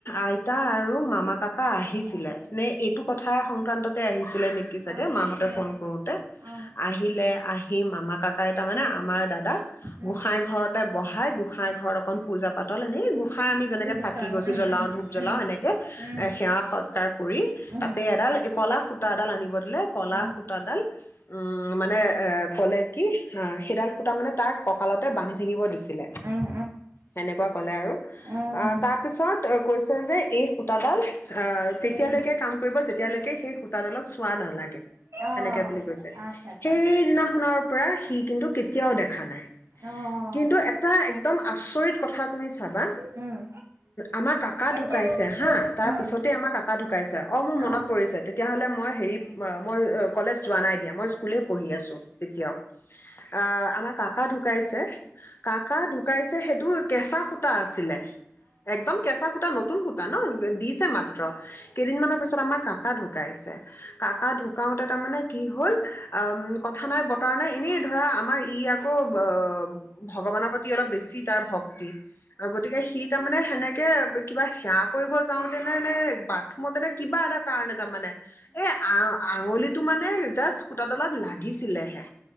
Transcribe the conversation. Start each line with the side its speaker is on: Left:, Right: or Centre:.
Left: আইতা আৰু মামা কাকা আহিছিলে নে এইটো কথা সংক্ৰান্ততে আহিছিলে নেকি চাগে
Right: অ',
Left: মাহঁতে
Right: অ',
Left: ফোন কৰোতে
Right: অ'।
Left: আহিলে আহি মামা কাকাই তাৰমানে আমাৰ দাদাক
Right: উম,
Left: গোঁসাই ঘৰতে বহাই গোসাই ঘৰত অকন পূজা পাতল এনেই গোস খাই আমি যেনেকে
Right: বুজিছো
Left: চাকি
Right: আৰু
Left: গছি
Right: উম,
Left: জ্বলাও
Right: উম,
Left: ধূপ জ্বলাও
Right: উম,
Left: এনেকে
Right: উম,
Left: সেৱা সত তাৰ পৰি
Right: উম,
Left: তাতে এডাল কলা সূতা এডাল আনিব দিলে কলা
Right: উম।
Left: সূতাডাল উম মানে এ কলে কি সেইডাল সূতা মানে তাক কঁকালতে বান্ধি থাকিব দিছিলে
Right: উম,
Left: সেনেকুৱা কলে আৰু
Right: উম।
Left: অ তাৰ পিছত কৈছে যে এই সূতাডাল আহ যেতিয়ালৈকে
Right: উম,
Left: কাম কৰিব যেতিয়ালৈকে সেই সূতাডালত চোৱা নালাগে সেনেকে
Right: অ',
Left: বুলি কৈছে
Right: আচ্ছা, আচ্ছা,
Left: সেইদিনাখনৰ পৰা সি কিন্তু কেতিয়াও দেখা নাই
Right: অ'।
Left: কিন্তু এটা একদম আছে আচৰিত কথা তুমি চাবা
Right: উম,
Left: আমাৰ কাকা
Right: উম,
Left: ঢুকাইছে হা তাৰ পিছতেই আমাৰ কাকা ঢুকাইছে মোৰ মনত
Right: অ'।
Left: পৰিছে হেৰি কলেজ যোৱা নাই দিয়া স্ পঢ়ি আছো তেতিয়াও আহ আমাৰ কাকা ঢুকাইছে কাকা ঢুকাইছে সেইটো কেঁচা সূতা আছিলে একদম কেঁচা সূতা নতুন সূতা ন দিছে মাত্ৰ কেইদিন মৰ পিছত আমাৰ কাকা ঢুকাইছে কাকা ঢুকাওতে তাৰ মানে কি হল অ কথা নাই বতৰা নাই এনেই ধৰা আমাৰ ই আকৌ অ ভগৱানৰ প্ৰতি অলপ বেছি তাৰ ভক্তি গতিকে সি তাৰমানে সেনেকে কিবা সেৱা কৰিব যাওঁতেনে বাথৰুমত তেনে কিবা এটা কাৰণে তাৰমানে এই আ আঙুলিটো মানে জাষ্ট সুতাডালত লাগিছিলেহে